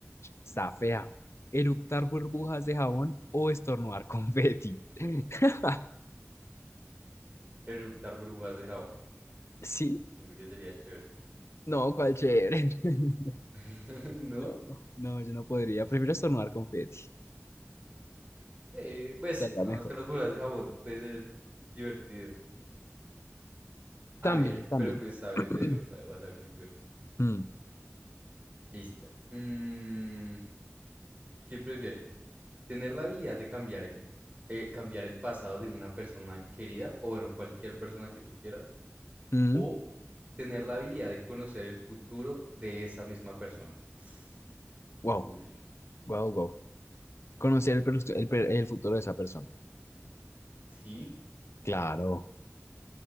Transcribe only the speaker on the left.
está fea. ¿Eructar burbujas de jabón o estornudar confeti? <laughs>
Sí,
no, cuál chévere. <laughs>
No, no, yo no podría. Prefiero estornudar confeti.
Estaría
mejor.
También,
también.
<clears throat>
Mm,
mm,
wow,
wow, wow. Conocer el, perso- el, per- el futuro de esa persona.
Claro,